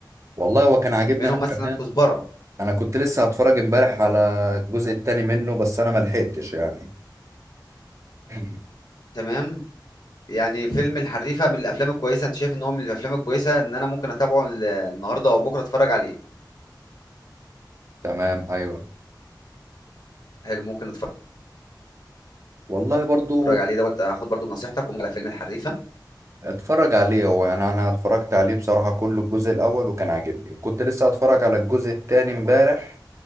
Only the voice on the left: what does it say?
منهم
مثلا
كزبره
تمام يعني فيلم الحريفه من الافلام الكويسه انت شايف ان هو من الافلام الكويسه ان انا ممكن اتابعه ال- النهارده او بكره اتفرج عليه
حلو ممكن اتفرج
عليه دوت هاخد برضو بنصيحتك وممكن على فيلم الحريفه